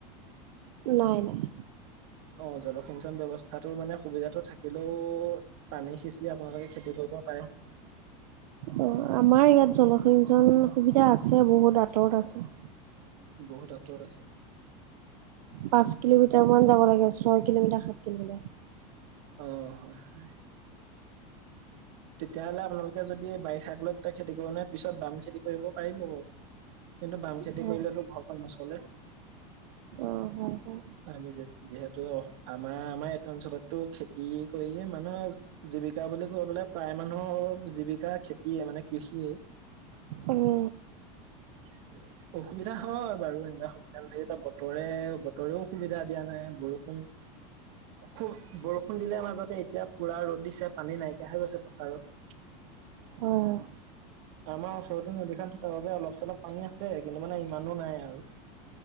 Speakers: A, on the right; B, on the right.
A: নাই নাই।
B: অ জলসিঞ্চন ব্যৱস্থাটো মানে সুবিধাতটো থাকিলেও পানী সিচি আপোনালোকে খেতি কৰি। ব পাৰে।
A: অ আমাৰ ইয়াত জলসিঞ্চন সুবিধা আছে বহুত আঁতৰত আছে।
B: বহুত আঁতৰত আছে।
A: পাঁচ কিলোমিটাৰ মান যাব লাগে ছয় কিলোমিটাৰ সাত কিলোমিটাৰ।
B: অ হয় হয়। তেতিয়াহ'লে আপোনালোকে যদি বাৰিষা‌ কালত খেতি কৰিব নোৱাৰে পিছত বাম খেতি কৰিব পাৰিব। কিন্তু বাম খেতি
A: হয়
B: কৰিলেটো ঘৰখন নছলে।
A: অ' হয় হয়
B: আমি যিহেতু আমাৰ আমাৰ এইটো অঞ্চলত। টো খেতি কৰিয়ে মানুহৰ জীৱিকা বুলি ক'ব গলে প্ৰায় মানুহৰ জীৱিকা খেতিয় মান। মানে কৃষিয়ে।
A: উম।
B: <inaudible> অসুবিধা হয় বাৰু এনেকুৱা সুবিধা নাথাকে যেতিয়া বতৰে বতৰেও সুবিধা দিয়া নাই বৰষ। ষুণ খুব। বৰষুণ দিলে মাজতে এতিয়া পুৰা ৰ'দ দিছে পানী নাইকিয়া হৈ গৈছে পথাৰত। <inaudible>
A: হয়
B: আমাৰ ওচৰতে নদীখন থকাৰ বাবে অলপ চলপ পানী আছে কিন্তু মানে ইমানো নাই আৰু। <inaudible>